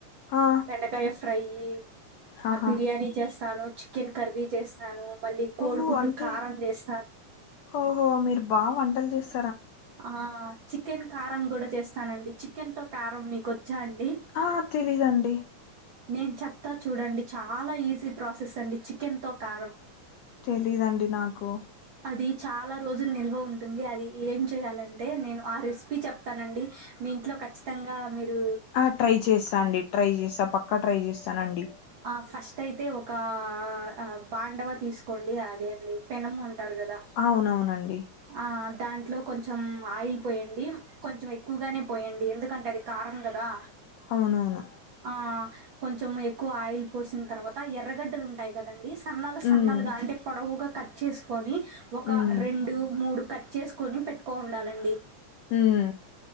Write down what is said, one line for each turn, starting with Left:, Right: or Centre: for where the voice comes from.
Left: ఆ
Right: బేండకాయ్ ఫ్రైయి
Left: ఆహా
Right: ఆ బిర్యాని చేస్తాను చికెన్ కర్రీ చేస్తాను మళ్ళి కోడిగుడ్డు
Left: ఓహో అంటే
Right: కారం ఇస్
Left: ఓహో మీర్ బా వంటలు చేస్
Right: ఆ చికెన్ కారం గూడా చేస్తానండి చికెన్ తో కారం మీకొచ్చా అండ్
Left: ఆ తెలీదండి
Right: నే చెప్తా చూడండి చాలా ఈజీ ప్రాసెస్ అండి చికెన్ తో కారం
Left: తెలీదండీ నాకు
Right: అది చాలా రోజులు నిల్వ ఉంటుంది అది ఏం చెయాలంటే నేను ఆ రెసిపీ చెప్ తనండీ మీ ఇంట్లో ఖచ్చితంగా మీరు
Left: ఆ ట్రై చేసా అండి ట్రై చేస్తా పక్కా ట్రై చేస్తానండి
Right: ఆ ఫస్ట్ అయితే ఒక ఆ బాండవ తీసుకోండి అదే అండి పెనమ్ అంటార్ కదా
Left: ఆవునవునండి
Right: ఆ దాంట్లో కొంచం ఆయిల్ పోయండి కొంచెం ఎక్కువగానే పోయండి ఎందుకంటే అది కారం గదా
Left: అవునువును
Right: ఆ కొంచం ఎక్కువ ఆయిల్ పోసిన తర్వాత ఎర్రగడ్డలు ఉంటాయ్ కదండి సన్నలు సన్నలుగా
Left: ఉమ్
Right: గా అంటే పొడవుగా కట్ చేస్కొని ఒక
Left: ఉమ్
Right: రెండు మూడు కట్ చేసుకొని పెట్టుకో ఉండాలండి
Left: ఉమ్